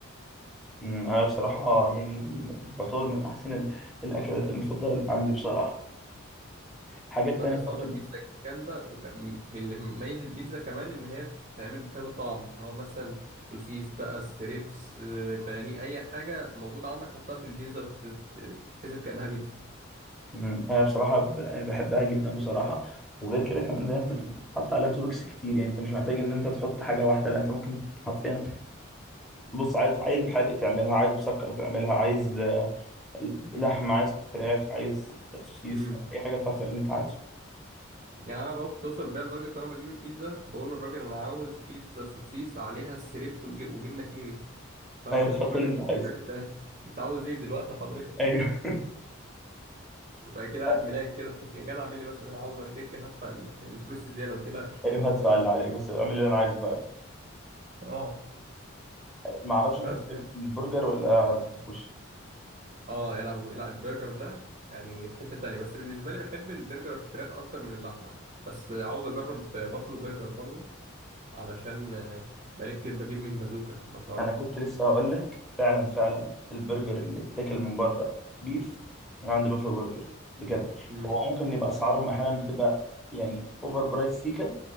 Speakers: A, in the centre; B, on the right (about 40°).
A: امم انا بصراحه آه، يعني م- تعتبر من احسن ال- الاكلات المفضله اللي عندي بصراحه الحاجات
B: لا
A: التانية
B: هي الصراحة
A: برضو
B: البيتزا جامدة وك... م- من اللي مميز البيتزا كمان إن هي بتتعمل بكذا طعم اللي هو مثلا سوسيس بقى ستريبس آه، بانيه أي حاجة موجودة عندك حطها في البيتزا وتتحسب كأنها بيتزا
A: مم. انا بصراحه ب- بحبها جدا بصراحه وغير كده كمان زي ما انت
B: مم.
A: بتقول حط عليها توبكس كتير يعني انت مش محتاج ان انت تحط حاجه واحده لا انت ممكن حرفيا بص عايز عايز حادق تعملها عايز مسكر تعملها عايز آه، لحمه عايز فراخ عايز سوسيس
B: مم.
A: اي حاجه تعرف تعمل اللي انت عايزه
B: يعني أنا بقى بتوصل بيا لدرجة وأنا بجيب البيتزا بقول للراجل أنا عاوز بيتزا سوسيس عليها ستريبس وج... وجبنة كيري <laughs> فهو
A: ايوه تحط
B: الراجل
A: اللي انت
B: بيقول
A: عايزه
B: أنت أنت عاوز إيه دلوقتي حضرتك؟
A: ايوه
B: يبقى كده قاعد
A: <laughs>
B: ملاك كده <laughs> يا جدع اعمل لي بس اللي أنا عاوزه أنا كده كده هدفع ال- الفلوس الزيادة ما تقلقش
A: ايوه هدفع اللي عليك بس اعمل اللي انا عايزه فعلا
B: اه
A: ما اعرفش انت
B: بس
A: بتحب
B: يعني.
A: البرجر ولا ما بتحبوش
B: اه يا لهوي لا البرجر ده يعني في حتة تانية بس بالنسبة لي بحب البرجر الفراخ أكتر من اللحمة بس عاوز أجرب بافلو برجر برضو علشان آه، بقالي كتير بجيب من بازوكا لو تعرف
A: انا كنت لسه هقول لك فعلا فعلا البرجر اللي اتاكل من بره بيف من عند بافلو برجر بجد
B: امم
A: هو ممكن يبقى اسعارهم احيانا بتبقى يعني اوفر برايس سيكا